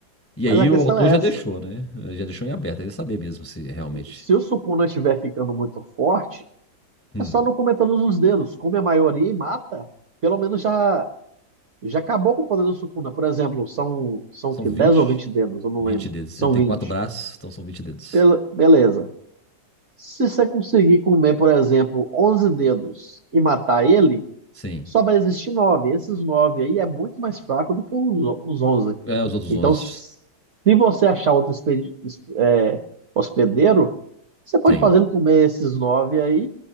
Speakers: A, on the left (about 15°); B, on the right (about 55°).
A: E
B: Mas
A: aí
B: a
A: o
B: questão
A: autor
B: é
A: já
B: essa.
A: deixou, né? Já deixou em aberto, ele saber mesmo se realmente...
B: Se o Sukuna estiver ficando muito forte,
A: Hum,
B: é só não comer todos os dedos. Come a maioria e mata. Pelo menos já, já acabou com o poder do Sukuna. Por exemplo, são, são
A: são
B: que
A: vinte
B: 10 ou 20 dedos, eu não
A: vinte
B: lembro.
A: dedos.
B: São
A: Ele tem
B: 20.
A: quatro braços, então são 20 dedos.
B: Bele- beleza. Se você conseguir comer, por exemplo, 11 dedos e matar ele,
A: Sim.
B: só vai existir nove. Esses nove aí é muito mais fraco do que os, os onze.
A: É, os outros
B: Então,
A: 11
B: s- se você achar outro expedi- es- é, hospedeiro, você pode
A: tem.
B: fazê-lo comer esses nove aí